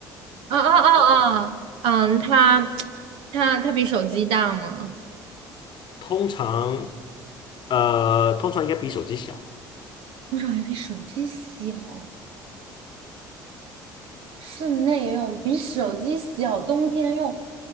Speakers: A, on the right; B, on the left.
A: 啊啊啊啊！嗯，它它它比手机大吗？
B: 通常，呃，通常应该比手机小。
A: 多少还比手机小，室内用比手机小，冬天用。